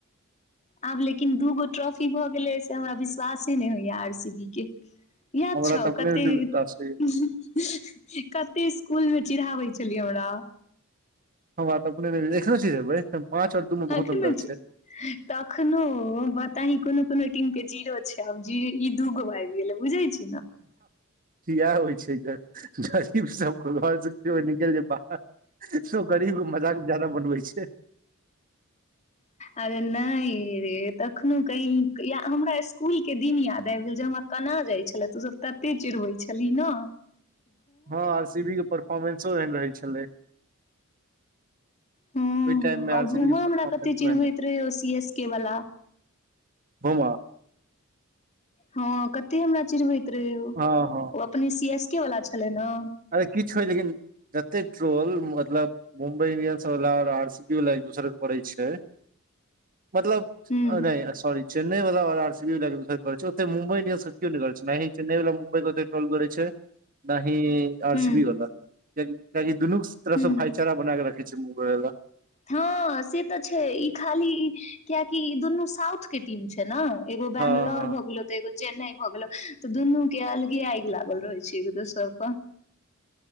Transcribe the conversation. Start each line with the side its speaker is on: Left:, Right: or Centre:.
Left: आब लेकिन दू गो ट्रॉफी भऽ गेलै से हमरा विश्वासे नहि होइया आर सी बी के याद
Right: हमरा
Left: छ‌उ
Right: तऽ अपने
Left: कतेक
Right: नहि विश्वास होइये
Left: कते कुल मेम चिढ़ाबै छलियै हमरा
Right: हमरात अपने नहि एखनो चीढैबै एखन पाँच आओर दू मे
Left: अखन
Right: बहुत अन्तर छै
Left: तखनो बताही कोनो कोनो टीम केँ जीरो छैक आब जी ई दूगो आइब गेलय बुझैत छियैक
Right: इएह होइत छैक गरीब सबकेँ घर से जो निकल जो बा सोब गरीब क मजाक ज्यादा बनबय छैक
Left: अरे नहि रे तखनो कही या हमरा इसकुलकेँ दिन याद आबि गेल जे हमरा कना जाइत छला तो सभ तते चिड़बैत छलही न
Right: हँ आर सी बी के परफॉर्मेंसो एहन रहैत छलै
Left: ह्म
Right: ओहि टाइम मे
Left: आ ओ
Right: आर
Left: घूमो
Right: सी बी के
Left: हमरा
Right: परफोर्मेंसो
Left: कतेक चिरबैत
Right: एहन रहै।
Left: रहय ओ सी एस के वला
Right: बुमा
Left: हँ कते हमरा चिरबे ओ
Right: हँ हँ
Left: अपने सी एस कें वला छलैक न
Right: अरे किछु होय लेकिन जतेक ट्रोल मतलब मुम्बइ इंडियन्सवला ओर आरसीबी वला एक दूसरकेँ करय छैक मतलब
Left: हूँ
Right: नहि सॉरी चेन्नई वाल आरसीबी वला एक दोसर केँ करइ छैक ओते मुम्बई इंडियन्स केओ नहि करइ छै ने चेन्नई वा मुम्ई केत ट्रल करय छैक न ही आर
Left: हूँ
Right: सी बी वला त <unintelligible> दुनू तरह
Left: हूँ
Right: से भईचारा बनााकऽ रखैत छैक मुगला
Left: हँ से तऽ छैक ई खाली कियाकि दुनू साउथ केँ टीम छैक ने एगो बंगलोर
Right: हँ हँ
Left: हो गेलो तऽ एगो चेन्नई भऽ गेलो तऽ दुनू केँ अलगे आगि लागल रहैत छैट एक दोसर पर